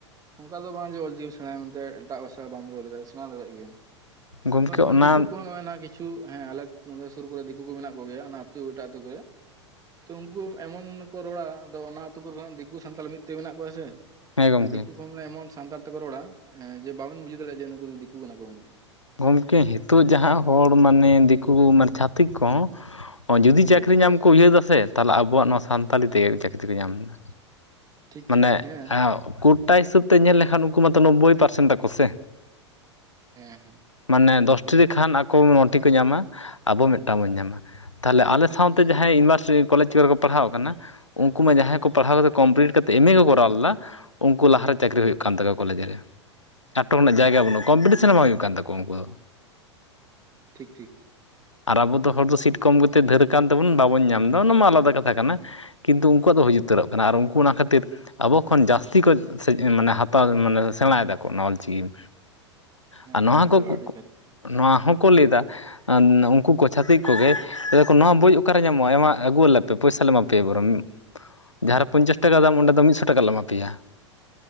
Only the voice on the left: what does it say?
ᱜᱚᱢᱠᱮ
ᱚᱱᱟ
ᱦᱮᱸ ᱜᱚᱢᱠᱮ
ᱜᱚᱢᱠᱮ ᱦᱤᱛᱚᱜ ᱡᱟᱦᱟᱸ ᱦᱚᱲ ᱢᱟᱱᱮ ᱫᱤᱠᱩ ᱢᱟᱱᱮ ᱪᱷᱟᱹᱛᱤᱠ ᱠᱚ ᱦᱚᱸ ᱡᱩᱫᱤ
ᱪᱟᱹᱠᱨᱤ
ᱧᱟᱢ ᱠᱚ ᱩᱭᱦᱟᱹᱨ ᱫᱟᱥᱮ ᱛᱟᱦᱚᱞᱮ ᱟᱵᱚᱣᱟᱜ ᱱᱚᱣᱟ ᱥᱟᱱᱛᱟᱞᱤ ᱛᱮᱜᱮ ᱪᱟᱹᱠᱨᱤ ᱠᱚ ᱧᱟᱢᱫᱟ᱾
ᱢᱟᱱᱮ
ᱠᱳᱴᱟ ᱦᱤᱥᱟᱹᱵ ᱛᱮ ᱧᱮᱞ ᱞᱮᱠᱷᱟᱱ ᱩᱱᱠᱩ ᱢᱟᱛᱚ ᱱᱳᱵᱵᱳᱭ ᱯᱟᱨᱥᱮᱱ ᱛᱟᱠᱚ ᱥᱮ᱾
ᱢᱟᱱᱮ ᱫᱚᱥᱴᱤ ᱨᱮᱠᱷᱟᱱ ᱟᱠᱚ ᱱᱚᱴᱤ ᱠᱚ ᱧᱟᱢᱟ ᱟᱵᱚ ᱢᱤᱫᱴᱟᱝ ᱵᱚᱱ ᱧᱟᱢᱟ ᱛᱟᱦᱚᱞᱮ ᱟᱞᱮ ᱥᱟᱶᱛᱮ
ᱡᱟᱦᱟᱸᱭ ᱤᱭᱩᱱᱤᱵᱷᱟᱨᱥᱤᱴᱤ ᱠᱚᱞᱮᱡᱽ ᱠᱚᱨᱮ ᱠᱚ ᱯᱟᱲᱦᱟᱣ ᱠᱟᱱᱟ ᱩᱱᱠᱩ ᱢᱟ ᱡᱟᱦᱟᱸᱭ ᱠᱚ ᱯᱟᱲᱦᱟᱣ ᱠᱟᱛᱮ ᱠᱚᱢᱯᱞᱤᱤᱴ ᱠᱟᱛᱮ ᱮᱢ ᱮ ᱠᱚ ᱠᱚᱨᱟᱣ ᱞᱮᱫᱟ ᱩᱱᱠᱩ
ᱞᱟᱦᱟᱨᱮ ᱪᱟᱹᱠᱨᱤ ᱦᱩᱭᱩᱜ ᱠᱟᱱ ᱛᱟᱠᱚᱣᱟ ᱠᱚᱞᱮᱡᱽ ᱨᱮ ᱟᱴᱚᱠ ᱨᱮᱱᱟᱜ ᱡᱟᱭᱜᱟ ᱵᱟᱹᱱᱩᱜᱼᱟ ᱠᱚᱢᱯᱤᱴᱤᱥᱚᱱ ᱵᱟᱝ ᱦᱩᱭᱩᱜ ᱠᱟᱱ ᱛᱟᱠᱚᱣᱟ᱾ ᱩᱱᱠᱩ ᱫᱚ ᱾
ᱟᱨ ᱟᱵᱚ ᱫᱚ ᱦᱚᱲ ᱫᱚ ᱥᱤᱴ ᱠᱚᱢ ᱜᱮᱛᱮ ᱫᱷᱟᱹᱨ ᱟᱠᱟᱱ ᱛᱮᱵᱚᱱ ᱵᱟᱵᱚᱱ ᱧᱟᱢᱫᱟ ᱚᱱᱟ ᱢᱟ ᱟᱞᱟᱫᱟ ᱠᱟᱛᱷᱟ ᱠᱟᱱᱟ᱾ ᱠᱤᱱᱛᱩ ᱩᱱᱠᱩᱣᱟᱜ ᱫᱚ ᱦᱩᱭ ᱩᱛᱟᱹᱨᱚᱜ ᱠᱟᱱᱟ ᱟᱨ ᱩᱱᱠᱩ ᱚᱱᱟ ᱠᱷᱟᱹᱛᱤᱨ ᱟᱵᱚ ᱠᱷᱚᱱ ᱡᱟᱹᱥᱛᱤ ᱠᱚ ᱢᱟᱱᱮ ᱦᱟᱛᱟᱣ ᱢᱟᱱᱮ ᱥᱮᱬᱟᱭ ᱫᱟᱠᱚ ᱚᱱᱟ ᱚᱞᱪᱤᱠᱤ᱾
ᱟᱨ
ᱱᱚᱣᱟ
ᱠᱚ
ᱱᱚᱣᱟ ᱦᱚᱸᱠᱚ ᱞᱟᱹᱭᱫᱟ ᱩᱱᱠᱩ ᱠᱚ ᱪᱷᱟᱹᱛᱤᱠ ᱠᱚᱜᱮ ᱱᱚᱣᱟ ᱵᱳᱭ ᱚᱠᱟᱨᱮ ᱧᱟᱢᱚᱜᱼᱟ ᱮᱢᱟ ᱟᱹᱜᱩ ᱟᱞᱮᱯᱮ ᱯᱚᱭᱥᱟ ᱞᱮ ᱮᱢᱟ ᱯᱮᱭᱟ ᱵᱚᱨᱚᱱ ᱢᱤ ᱡᱟᱦᱟᱸᱨᱮ ᱯᱚᱧᱪᱟᱥ ᱴᱟᱠᱟ ᱫᱟᱢ ᱚᱸᱰᱮ ᱫᱚ ᱢᱤᱫᱥᱚ ᱴᱟᱠᱟ ᱞᱮ ᱮᱢᱟ ᱯᱮᱭᱟ᱾